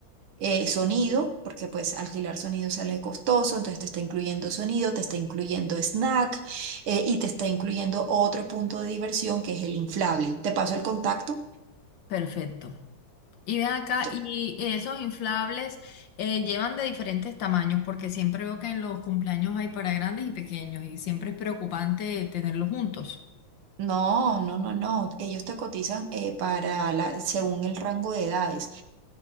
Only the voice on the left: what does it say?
Perfecto. Y ven acá,
y esos inflables eh, llevan de diferentes tamaños, porque siempre veo que en los cumpleaños hay para grandes y pequeños, y siempre es preocupante tenerlos juntos.